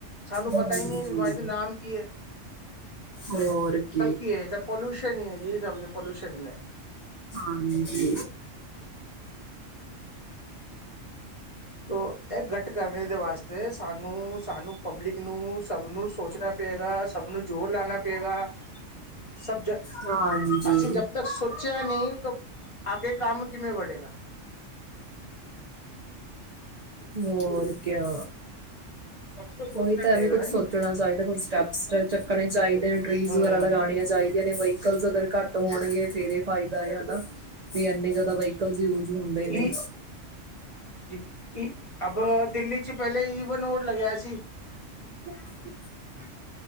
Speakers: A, on the left; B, on the right.
A: ਸਾਨੂੰ ਪਤਾ
B: ਹਾਂਜੀ
A: ਈ ਨੀ ਬਿਮਾਰੀ ਦਾ ਨਾਮ ਕੀ ਐ।
B: ਹੋਰ‌ ਕਿ
A: ਸਭ ਕੀ ਐ ਸਭ ਪੋਲੂਸ਼ਨ ਈ ਐ ਜੀ ਸਭ ਪੋਲੂਸ਼ਨ ਈ ਐ।
B: ਹਾਂਜੀ,
A: ਉਹ ਇਹ ਗੱਟ ਕਰਨ ਦੇ ਵਾਸਤੇ ਸਾਨੂੰ ਸਾਨੂੰ ਪਬਲਿਕ ਨੂੰ ਸਭ ਨੂੰ ਸੋਚਣਾ ਪਏਗਾ ਸਭ ਨੂੰ ਜ਼ੋਰ ਲਾਨਾ ਪਏਗਾ। ਸਭ ਜਗਾ
B: ਹਾਂਜੀ
A: ਅਸੀਂ ਜਬ ਤੱਕ ਸੋਚਿਆ ਨੀ ਤੋ ਆਗੇ ਕੰਮ ਕਿਵੇਂ ਵੜੇਗਾ।
B: ਹੋਰ ਕਿਆ,
A: ਸਭ ਨੂੰ ਸੋਚਣਾ
B: ਉਹੀ ਤਾਂ
A: ਪਏਗਾ
B: ਹੈ ਵੀ ਕੁੱਛ
A: ਨਾ
B: ਸੋਚਣਾ
A: ਜੀ
B: ਚਾਹੀਦਾ, ਕੁਛ ਸਟੈਪਸ ਚੱਕਣੇ ਚਾਹੀਦੇ ਟਈਜ਼
A: ਹੂੰ
B: ਵਗੈਰਾ ਲਗਾਉਣੀਆਂ ਚਾਹੀਦੀਆਂ ਨੇ ਵੈੲਕਲਸ ਅਗਰ ਘੱਟ ਹੋਣਗੇ ਫੇਰ ਇਹ ਫਾਇਦਾ ਆ ਨਾ, ਵੀ ਇੰਨੇ ਜ਼ਿਆਦਾ ਵਹੀਕਲਸ ਯੂਜ ਹੁੰਦੇ
A: ਕਿ
B: ਨੇ
A: ਜੀ ਈ ਅਬ ਦਿੱਲੀ 'ਚ ਪਹਿਲੇ ਈਵਨ ੳਡ ਲਗਿਆ ਸੀ
B: ਪਿਆਜ